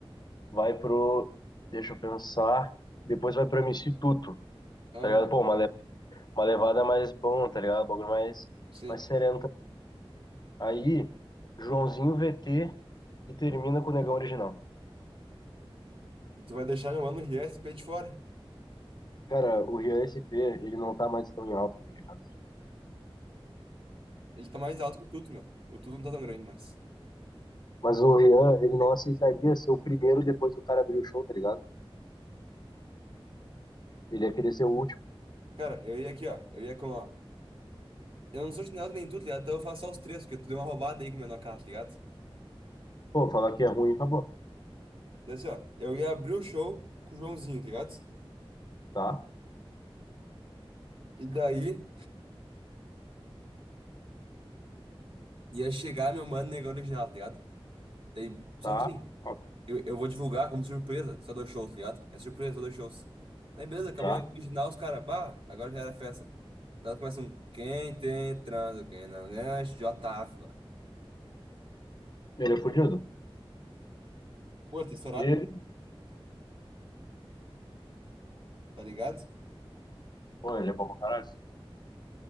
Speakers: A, on the left; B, on the right.
A: vai pro deixa eu pensar, depois vai pro MC Tuto,
B: Aham,
A: tá ligado? Pô, uma, le- uma levada mais bom, tá ligado? Um bagulho mais
B: sim.
A: mais sereno. tá? Aí Joãozinho VT e termina com o Negão Original.
B: E tu vai deixar meu mano o RSP de fora.
A: Cara, o Rian SP, ele não tá mais tão em alta, tá ligado?
B: Ele tá mais alto que o Tuto, meu. O Tuto não tá tão grande, mas.
A: Mas o Rian, ele não aceitaria ser o primeiro depois do cara abrir o show, tá ligado? Ele ia querer ser o último
B: Cara, eu ia aqui, ó. Eu ia com, ó. Eu não sou chinelo nem tu, tá ligado? Então eu faço só os três, porque tu deu uma roubada aí com o menor carro, tá ligado?
A: Pô, falar que é ruim, acabou.
B: Daí assim, ó. Eu ia abrir o show com o Joãozinho, tá ligado?
A: Tá,
B: E daí ia chegar meu mano negão original, tá ligado? Daí, só
A: tá,
B: tipo assim,
A: ó,
B: eu, eu vou divulgar como surpresa só dois shows, tá ligado? É surpresa, só dois shows. Aí beleza, acabou
A: tá.
B: o original, os caras, bah, agora já era festa. Nós começamos, um, quem tem transa, quem não ganha, já tava.
A: Ele é fudido.
B: Pô, tá estourado,
A: E ele,
B: meu. Tá ligado?
A: pô, ele é bom pra caralho.